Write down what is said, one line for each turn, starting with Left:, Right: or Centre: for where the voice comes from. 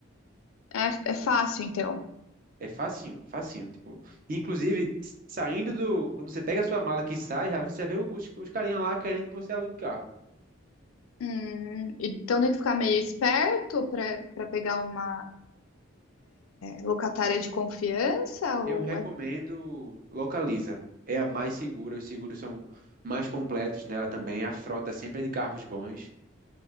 Left: É, é fácil, então.
Right: É facinho, facinho. Tipo, inclusive, s- saindo do. Quando você pega a sua mala que sai, já- você já vê os, os carinhas lá querendo que você alugue o carro.
Left: Hum, então tem que ficar meio esperto para para pegar uma. locatária de confiança
Right: Eu
Left: ou
Right: recomendo
Left: é-
Right: Localiza. É a mais segura, os seguros são mais completos nela também. A frota sempre é de carros bons.